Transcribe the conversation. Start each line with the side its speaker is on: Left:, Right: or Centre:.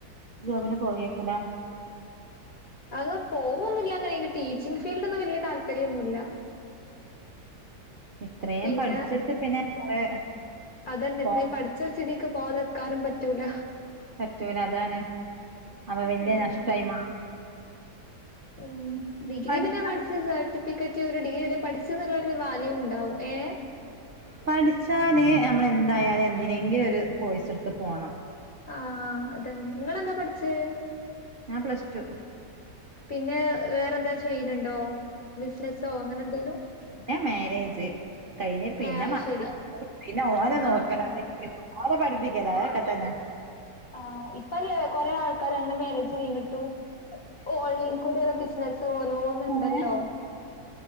Right: ജോബിന് പോവേക്കുലേ
Left: അങ് പോവൊന്നുല്ല അങ്ങനെ എനിക്ക് ടീച്ചിങ് ഫീൽഡ് ഒന്നും വല്യ താല്പര്യൊന്നുല്ല
Right: ഇത്രയും
Left: പിന്നെ
Right: പഠിച്ചിട്ട് പിന്നെ നമ്മള്
Left: അതന്നെ
Right: പോ
Left: ഇത്രേം പഠിച്ച സ്ഥിതിക്ക് ക്ക് പോതക്കാനും പറ്റൂല
Right: പറ്റൂല അതാണ് അവ വല്യ
Left: ഉം
Right: നഷ്ടായി മാ
Left: ഉം ഡിഗ്രി
Right: പഠിച്ച
Left: പിന്നെ പട്ച്ച സർട്ടിഫിക്കറ്റ് ഒരു ഡിഗ്രി വരെ പഠിച്ച്ന്നുള്ള ഒരു വാല്യുണ്ടാവും ഏഹ്
Right: പഠിച്ചാൽ നമ്മൾ ന്തായാലും എന്തിനെങ്കിലും ഒരു കോയ്സെട്ത്ത് പോണം
Left: ആഹ് അതന്നെ ഇങ്ങളന്താ പട്ച്ചേ
Right: ഞാൻ പ്ലസ് ടു
Left: പിന്നെ വേറെന്താ ചെയ്യ്ണ്ണ്ണ്ടോ ബിസിനസ്സോ അങ്ങനെ ന്തേലും
Right: ന്നെ മേരേജ് കഴിഞ്ഞ് പിന്നെ
Left: ഏഹ് അത്
Right: മ
Left: ശരി
Right: പിന്നെ ഓലെ
Left: ആഹ്
Right: നോക്കലായി
Left: ആഹ്
Right: ഓലെ പഠിപ്പിക്കലാ ഏക്ക തന്നെ
Left: ആഹ് ഇപ്പല്ലേ കൊറെേ ആൾക്കാർ അങ്ങനെ മേരേജഴിഞ്ഞിട്ടും ഓൺലൈൻ കൂടെള്ള ബിസിനസ് ഓരോന്ന്ണ്ടല്ലോ
Right: ഏ